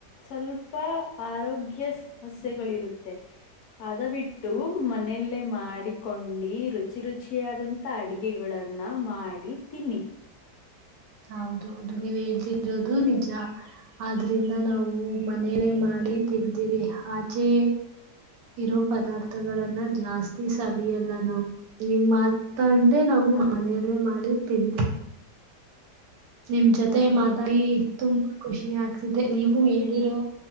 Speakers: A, on the left (about 70°); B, on the right (about 85°).
A: ಸ್ವಲ್ಪ ಆರೋಗ್ಯ ಸಮಸ್ಯೆ ಸಗಳಿರುತ್ತೆ ಅದ ಬಿಟ್ಟ ಇ ಮನೆಯಲ್ಲೇ ಮಾಡಿಕೊಂಡು ರುಚಿ ರುಚಿಯಾದಂತ ಅಡಗೆಗಳನ್ನ ಮಾಡಿ ಮಾಡಡಿ ತಿನ್ನಿ
B: ಹೌದ ಹೌದು ನೀವ ಹೇಳ್ಸರೋದು ನಿಜ ಆದ್ರಿಂದ ನಾವು ಮನೇಲೆೇ ಮಾಡಿ ತಿಂತೀರಿ ಆಚೆ ಇರೋ ಪದಾರ್ಥಗಳನ್ನ ಜಾಸ್ತಿ ಸವಿಯಲ್ಲ ನಾವು ನಿಮ್ಮ ಮಾತ್ತ ಇದೇ ನಾವು
A: ಹಾ.
B: ಮನೆಯಲ್ಲೇ ಮಾಡಿ ತಿಂದೆವಿ ನಿಮ್ ಜೊತೆ
A: ಹಾ
B: ಮಾತಿ ತುಂಬಾ ಖುಷಿ ಆಗ್ತಿದೆ ನೀವು ಹೇಳಿರೋ